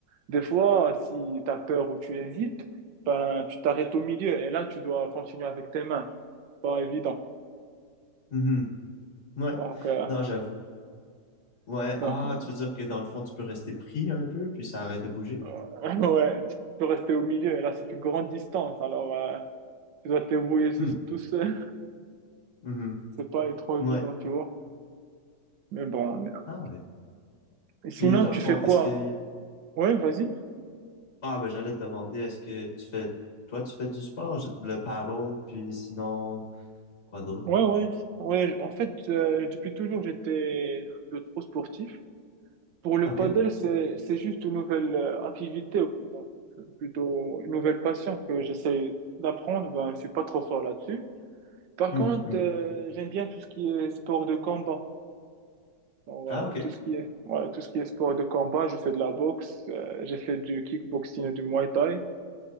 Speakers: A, on the right; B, on the left.
A: des fois, si tu as peur ou tu hésites, ben, tu t'arrêtes au milieu et là, tu dois continuer avec tes mains. C'est pas évident.
B: Mhm. Ouais.
A: Donc, euh,
B: Non, j'avoue. Ouais,
A: donc
B: ah,
A: euh,
B: tu veux dire que dans le fond, tu peux rester pris un peu, puis ça arrête de bouger?
A: <laughs> ouais, tu peux rester au milieu et là, c'est une grande distance. Alors, euh, tu dois te débrouiller sous-
B: Hmm.
A: tout seul.
B: mhm.
A: <laughs> C'est pas trop
B: Ouais.
A: évident, tu vois. Mais bon, euh,
B: Ah ouais.
A: sinon,
B: Puis dans
A: tu
B: le fond,
A: fais quoi?
B: est-ce que...
A: Ouais, vas-y.
B: Ah, ben j'allais te demander, est-ce que tu fais... Toi, tu fais du sport, je- le paddle, puis sinon, quoi d'autre?
A: Ouais, ouais, ouais. En fait, euh, depuis toujours, j'étais un peu trop sportif. Pour le
B: Ah, ok.
A: paddle, c'est, c'est juste une nouvelle euh, activité, ou plus, euh, plutôt une nouvelle passion que j'essaie d'apprendre. Ben, je suis pas trop fort là-dessus. Par
B: Mhm,
A: contre,
B: mhm.
A: euh, j'aime bien tout ce qui est sport de combat. Donc,
B: Ah,
A: euh,
B: ok.
A: tout ce qui est, voilà, tout ce qui est sport de combat, je fais de la boxe, euh, j'ai fait du kickboxing et du muay thai.